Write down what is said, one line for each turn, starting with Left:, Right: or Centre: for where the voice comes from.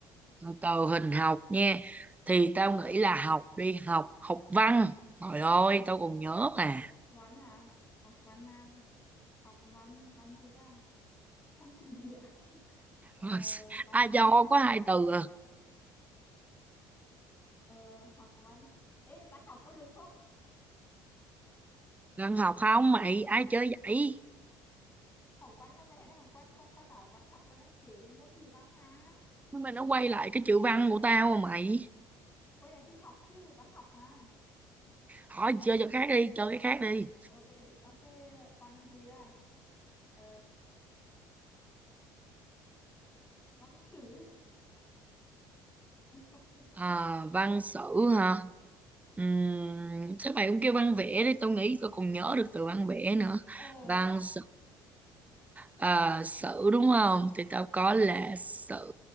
Right: từ từ hình học nha thì tao nghĩ là học đi học học văn trời ơi tao còn nhớ mà
Left: Học văn à? Học văn à? Học văn, văn gì ta? Văn trừ địa. Ờ,
Right: <laughs>
Left: văn
Right: ai cho có hai từ à.
Left: ờ, học văn. Ê, văn học có được không?
Right: văn học không mày ai chơi vậy
Left: Học văn là mày đã học văn, con ta bảo văn học là đang kể về môn ngữ văn mà.
Right: nhưng mà nó quay lại cái chữ văn của tao mà mày
Left: Quay lại chữ học chứ, văn học mà.
Right: hỏi chơi cho khác đi chơi cái khác đi
Left: Ok, tao sẽ văn gì ta? Ờ, văn sử. Ê, có cái...
Right: à, văn sử hả Ừm, chắc mày cũng kêu văn vẽ đi tao nghĩ tao còn nhớ được từ văn vẽ nữa
Left: Ờ
Right: văn
Left: ha,
Right: sử À, sử đúng không? Thì tao có là sử